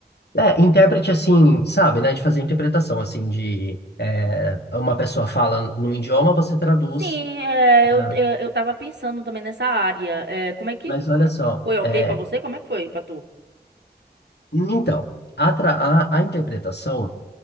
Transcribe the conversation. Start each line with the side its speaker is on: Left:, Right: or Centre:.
Left: É, intérprete assim, sabe, né? De fazer interpretação, assim, de é, uma pessoa fala num idioma, você traduz.
Right: Sim, eh, eu,
Left: né?
Right: eu, eu tava pensando também nessa área. Eh, como é que
Left: Mas olha só,
Right: foi ok
Left: é,
Right: para você? Como é que foi para tu?
Left: então, a, tra- a, a interpretação